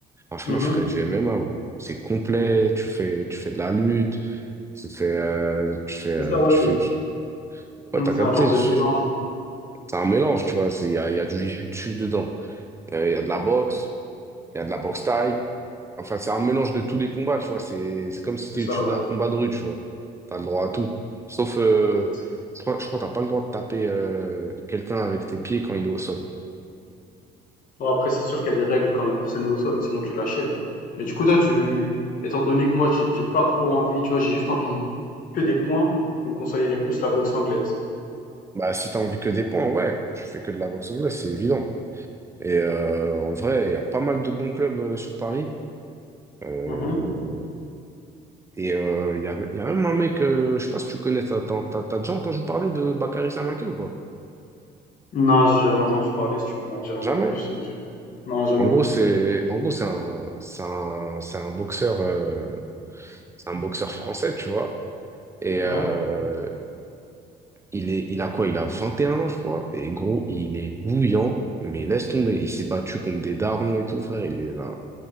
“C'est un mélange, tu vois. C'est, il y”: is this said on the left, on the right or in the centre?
Right